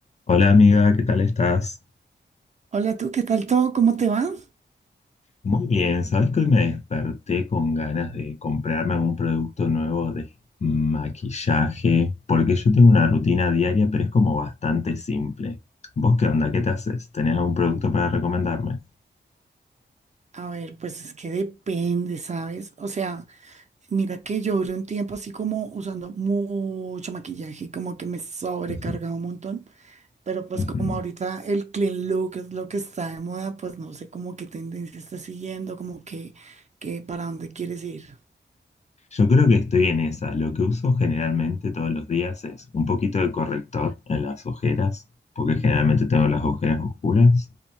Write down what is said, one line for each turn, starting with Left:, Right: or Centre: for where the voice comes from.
Left: Hola amiga, ¿qué tal estás?
Right: Hola, tú, ¿qué tal todo? ¿Cómo te va?
Left: Muy bien, sabes que hoy me desperté con ganas de comprarme algún producto nuevo de maquillaje, porque yo tengo una rutina diaria, pero es como bastante simple. ¿Vos qué onda? ¿Qué te haces? ¿Tenés algún producto para recomendarme?
Right: A ver, pues es que depende, ¿sabes? O sea, mira que yo duré un tiempo así como usando mucho maquillaje y como que me sobrecargaba
Left: Ujú,
Right: un montón, pero pues
Left: ujú.
Right: como ahorita el clean look es lo que está de moda, pues no sé cómo qué tendencia está siguiendo, como que, que para dónde quieres ir.
Left: Yo creo que estoy en esa. Lo que uso generalmente todos los días es un poquito de corrector en las ojeras, porque generalmente tengo las ojeras oscuras.